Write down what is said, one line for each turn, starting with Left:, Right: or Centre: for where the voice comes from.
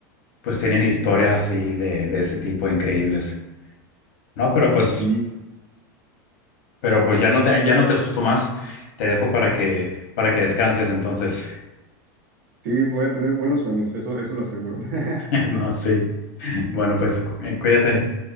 Left: pues tienen historias así de, de ese tipo increíbles. No, pero pues,
Right: Sí,
Left: pero pues ya no te, ya no te asusto más. Te dejo para que, para que descanses entonces.
Right: sí, voy a tener buenos sueños, eso, eso lo aseguro.
Left: <laughs>
Right: <laughs>
Left: No, sí. Bueno, pues cu- eh, cuídate.